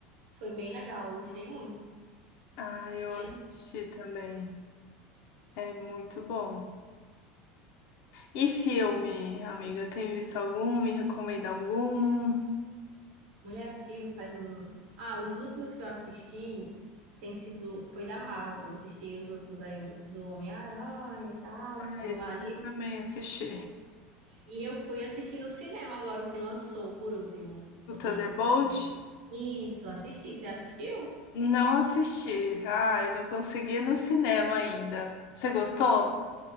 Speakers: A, on the right (about 80°); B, on the left (about 60°).
A: Foi bem legal, eu gostei muito.
B: Ah, eu
A: Aí,
B: assisti também. É muito bom. E filme, amiga, tem visto algum? Me recomenda algum?
A: mulher filme faz um. Ah, os últimos que eu assisti tem sido. Foi da Marvel. Eu assisti os últimos aí o- do Homem-Aranha e tal,
B: Ah,
A: meu
B: esse
A: marido.
B: eu também assisti.
A: E eu fui assistir no cinema agora o que lançou por último.
B: O
A: Que
B: Thunderbolt?
A: foi... Isso, assisti. Você assistiu?
B: Não assisti. Ai, não consegui ir no cinema ainda. Você gostou?